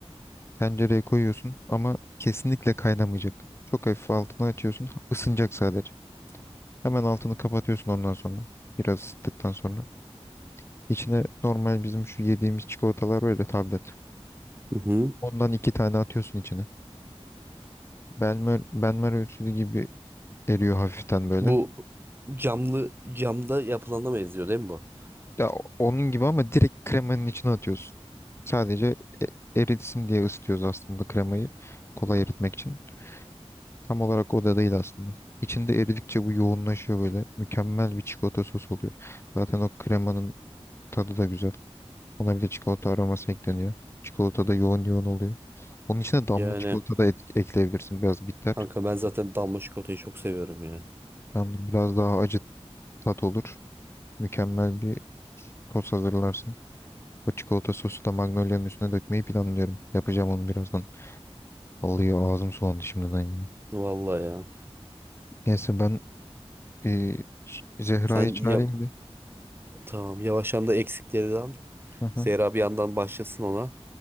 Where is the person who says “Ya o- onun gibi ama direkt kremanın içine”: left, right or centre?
Left